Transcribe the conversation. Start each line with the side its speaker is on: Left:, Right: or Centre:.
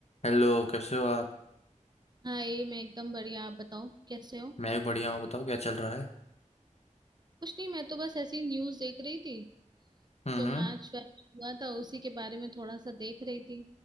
Left: Hello कैसे हो आप
Right: हाँ ये मैं एकदम बढ़िया आप बताओ कैसे हो
Left: मैं भी बढ़िया हूँ बताओ क्या चल रहा है
Right: कुछ नहीं मैं तो बस ऐसी न्यूज देख रही थी
Left: हम्म
Right: जो
Left: हम्म
Right: मैच वैच हुआ था उसी के बारे में थोड़ा सा देख रही थी